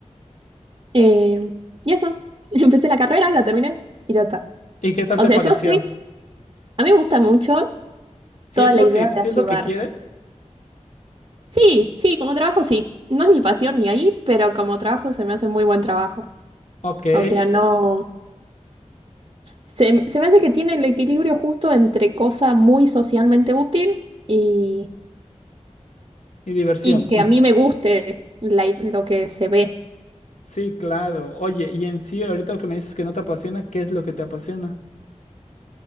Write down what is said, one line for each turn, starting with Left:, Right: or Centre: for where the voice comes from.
Right: eh, y eso, <laughs> empecé la carrera, la terminé y ya está.
Left: ¿Y qué tal
Right: O
Left: te
Right: sea,
Left: pareció?
Right: yo soy, a mí me gusta mucho
Left: Si
Right: toda
Left: es
Right: la
Left: lo
Right: idea
Left: que,
Right: de
Left: si
Right: ayudar.
Left: es lo que quieres,
Right: Sí, sí, como trabajo sí. No es mi pasión ni ahí, pero como trabajo se me hace muy buen trabajo.
Left: ok,
Right: O sea,
Left: y
Right: no, se, se me hace que tiene el equilibrio justo entre cosa muy socialmente útil y,
Left: diversión.
Right: y que a mí me guste la i- lo que se ve.
Left: Sí, claro. Oye, y en sí, ahorita que me dices que no te apasiona, ¿qué es lo que te apasiona?